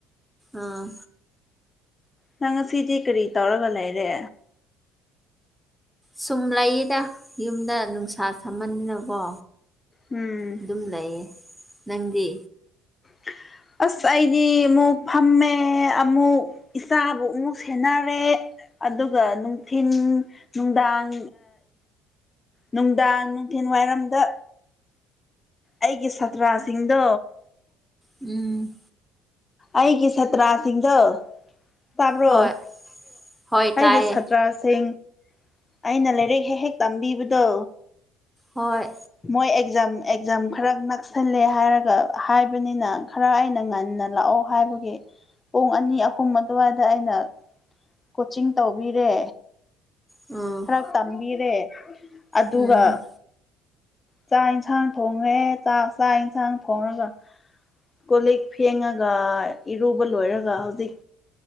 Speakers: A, in the centre; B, on the left.
A: ꯑꯥ
B: ꯅꯪ ꯉꯁꯤꯁꯦ ꯀꯔꯤ ꯇꯧꯔꯒ ꯂꯩꯔꯦ
A: ꯁꯨꯝ ꯂꯩꯌꯦꯗ ꯌꯨꯝꯗ ꯅꯨꯡꯁꯥ ꯊꯝꯃꯟꯅꯤꯀꯣ
B: ꯎꯝ
A: ꯑꯗꯨꯝ ꯂꯩꯌꯦ ꯅꯪꯗꯤ
B: <inaudible> ꯑꯁ ꯑꯩꯗꯤ ꯑꯃꯨꯛ ꯐꯝꯃꯦ ꯑꯃꯨꯛ ꯏꯆꯥꯕꯨ ꯑꯃꯨꯛ ꯁꯦꯟꯅꯔꯦ ꯑꯗꯨꯒ ꯅꯨꯡꯊꯤꯤꯟ ꯅꯨꯡꯗꯥꯡ ꯅꯨꯡꯗꯥꯡ ꯅꯨꯡꯊꯜ ꯋꯥꯏꯔꯝꯗ ꯑꯩꯒꯤ ꯁꯥꯇ꯭ꯔꯥꯁꯤꯡꯗꯣ
A: ꯎꯝ
B: ꯑꯩꯒꯤ ꯁꯇ꯭ꯔꯥꯁꯤꯡꯗ ꯇꯥꯕ꯭ꯔꯣ
A: ꯍꯣꯏ ꯍꯣꯏ
B: ꯑꯩꯒꯤ
A: ꯇꯥꯏꯌꯦ
B: ꯁꯥꯇ꯭ꯔꯁꯤꯡ ꯑꯩꯅ ꯂꯥꯏꯔꯤꯛ ꯍꯦꯛ ꯍꯦꯛ ꯇꯝꯕꯤꯕꯗꯣ
A: ꯍꯣꯏ
B: ꯃꯣꯏ ꯑꯦꯛꯖꯥꯝ ꯑꯦꯛꯖꯥꯝ ꯈꯔ ꯅꯛꯁꯜꯂꯦ ꯍꯥꯏꯔꯒ ꯍꯥꯏꯕꯅꯤꯅ ꯈꯔ ꯑꯩꯅ ꯉ ꯂꯥꯛꯑꯣ ꯍꯥꯏꯕꯒꯤ ꯄꯨꯡ ꯑꯅꯤ ꯑꯍꯨꯝ ꯑꯗꯨꯋꯥꯏꯗ ꯑꯩꯅ ꯀꯣꯆꯤꯡ ꯇꯧꯕꯤꯔꯦ
A: ꯎꯝ
B: ꯈꯔ ꯇꯝꯕꯤꯔꯦ ꯑꯗꯨꯒ
A: ꯎꯝ
B: ꯆꯥꯛ ꯌꯦꯟꯁꯥꯡ ꯊꯣꯡꯉꯦ ꯆꯥꯛ ꯆꯥꯛ ꯌꯦꯟꯁꯥꯡ ꯊꯣꯡꯉꯒ ꯀꯣ ꯂꯤꯛ ꯐꯦꯡꯉꯒ ꯏꯔꯨꯕ ꯂꯣꯏꯔꯒ ꯍꯧꯖꯤꯛ